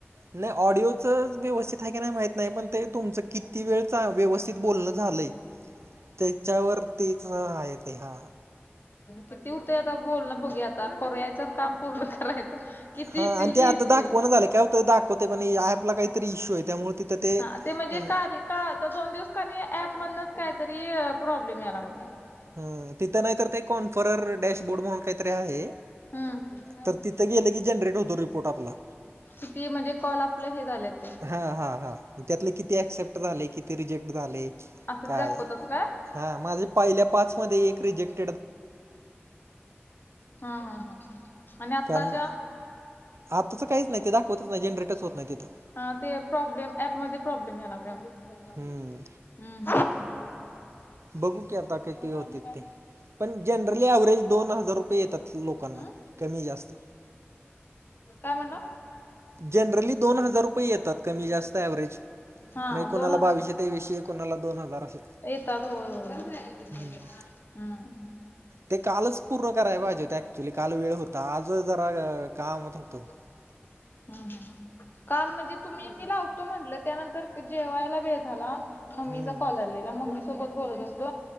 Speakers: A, on the right (about 85°); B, on the left (about 55°).
A: नाही ऑडिओचं व्यवस्थित आहे की नाही माहत नाही पण ते तुमचं किती ती वेळ व्यवस्थित बोलणं झालंय त्याच्यावर तेच आहे ते हा
B: किती होते आता बोलणं बघे आता करू यायचं काम पूर्ण करायचं किती
A: हा
B: येतील
A: आणि ते आता
B: येतील
A: दाखवना झाले काय हो दाखवते पण ऍपला काहीतरी इश्यू आहे त्यामुळे तिथं ते
B: हा ते म्हणजे
A: ह
B: का का तर दोन दिवस कानी ऍप म्हणत कायतरी प्रॉब्लेम या लागला
A: हम तिथं नाही तर ते कॉन्फरर डॅशबोर्ड म्हणून काहीतरी आहे
B: हम्
A: तर तिथं गेलं की जनरेट होतो रिपोर्ट आपला
B: किती म्हणजे कॉल आपलं हे झालेत
A: हा हा हा त्यातले किती ऍक्सेप्ट झाले किती रिजेक्ट झाले
B: असंच
A: काय
B: दाखवतात का?
A: हा माझे पहिल्या पाच मध्ये एक रिजेक्ट
B: ह हा हा आणि आताच्या
A: कारण आताचं काहीच नाही ते दाखवतच नाही जनरेटच होत नाही तिथं
B: हा ते प्रॉब्लेम ऍप मध्ये प्रॉब्लेम याला मॅम
A: हम्म बघू की आता काही
B: मग
A: ते होते
B: आणि काय
A: ते पण जनरली व्हरेज दोन हजार येतात लोकांना
B: अं
A: कमी जास्त
B: काय म्हणला?
A: जनरली दोन हजार रुपये येतात कमी जातव्हेज
B: हा
A: म्ह कोणाला
B: दोन
A: बावीशे तेवी के कोणाला दोन हजार असेल
B: एता तर होय होय हम्म
A: ह ते कालच पूर्ण कराय पाहिजे हो ते ऍक्च्युली काल वेळ होत आजं जरा काम होत होतो
B: हम् हम काल म्हणजे तुम्ही मी लावतो म्हंटलं त्यानंतर जेवायला वेळ झाला मम्मीचा
A: हम्म
B: कॉल आलेला मम्मी सोबत बोलत असतो